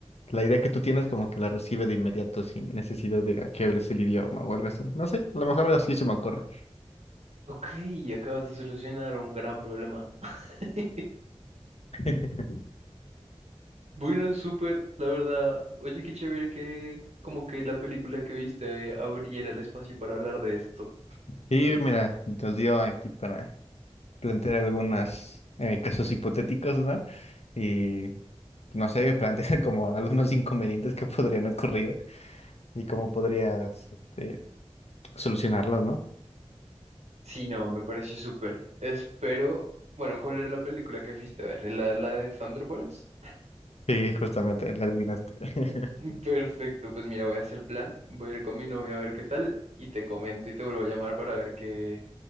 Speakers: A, on the left (about 70°); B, on the right (about 75°).
A: la idea que tú tienes como que la recibe de inmediato sin necesidad de que hables el idioma o algo así. No sé, a lo mejor algo así se me ocurre.
B: Ok, acabas de solucionar un gran problema. <laughs>
A: <laughs>
B: Bueno, súper, la verdad. Oye, qué chévere que como que la película que viste eh, abriera el espacio para hablar de esto.
A: Y mira, nos dio aquí para plantear algunos casos hipotéticos, ¿no? Y no sé, <laughs> plantear como algunos inconvenientes que podrían ocurrir y cómo podrías este, solucionarlos, ¿no?
B: Sí, no, me pareció súper. Espero, bueno, ¿cuál era la película que fuiste a ver? ¿La, la de Thunderbolts?
A: Sí, justamente, la adivinaste. <laughs> Recuerdo
B: <laughs> Perfecto, pues mira, voy a hacer plan, voy a ir con mi novia a ver qué tal y te comento y te vuelvo a llamar para ver qué,